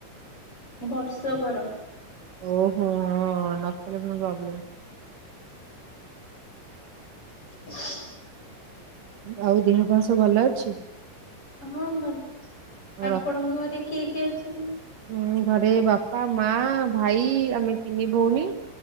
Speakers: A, on the left (about 40°); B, on the right (about 70°).
A: ବର୍ଷକର।
B: ଓହୋ ହଁ ନକଲେ ପୁଣି ପ୍ରୋବେଲମ୍।
A: <unintelligible>
B: ଆଉ ଦେହ ପା ଭଲ ଅଛି।
A: ହଁ ଭଲ ଅଛି।
B: ଆଉ
A: ଆପଣଙ୍କ ଘରେ କିଏ କିଏ ଅଛନ୍ତି?
B: ହଁ ଘରେ ବାପା ମା ଭାଇ ଆମେ ତିନି ଭଉଣୀ।